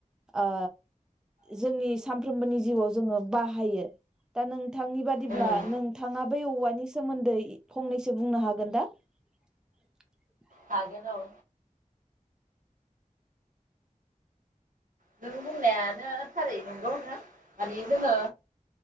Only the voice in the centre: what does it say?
ओ जोंनि सामफ्रोमबोनि जिउआव जोङो बाहायो दा नोंथांनि बादिब्ला
नोंथाङा बेै औवानि सोमोन्दै फंनैसो बुंनो हागोन दा? <inaudible>